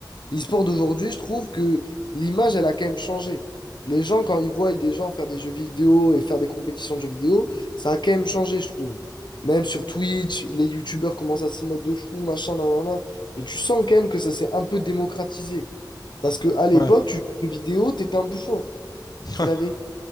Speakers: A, on the left; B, on the left.
A: L'e-sport d'aujourd'hui, je trouve que l'image, elle a quand même changé. Les gens, quand ils voient des gens faire des jeux vidéo et faire des compétitions de jeux vidéo, ça a quand même changé, je trouve. Même sur Twitch, les youtubeurs commencent à s'y mettre de fou, machin, nan, nan, nan. Et tu sens quand même que ça s'est un peu démocratisé. Parce que à l'époque,
B: Ouais.
A: tu jouais aux jeux vidéo, t'étais un bouffon.
B: <laughs>
A: C'est la vérité.
B: Ouais.